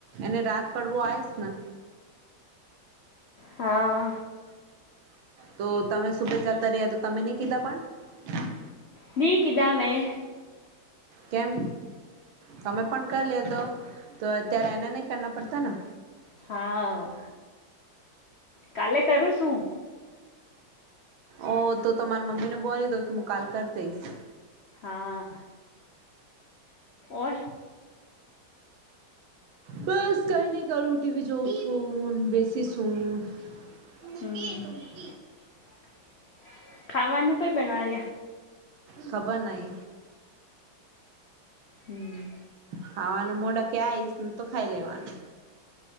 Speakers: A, on the right; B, on the left.
A: એને રાત પડવો આયસ ને
B: હા
A: તો તમે સુબે જતા રહ્યા તો તમે ની કીધા પણ
B: ની કીધા મેં
A: કેમ તમે પણ કરી લે તો તો અત્યારે એને નઈ કરના પડતા ને
B: હા કાલે કરું શું
A: ઓ તો તમારી મમ્મી ને બોલી દો કે હું કાલ કરી દઈશ
B: હા ઓર
A: બસ કઈ નને કરું ટીવી જોઉં છું બેસી છું <unintelligible>
B: હમ <inaudible> ખાવાનું કોઈ બનાવ્યા
A: ખબર નઈ
B: હમ
A: ખાવાનું મોઢ કે આયશ તો ખાઈ લેવાનું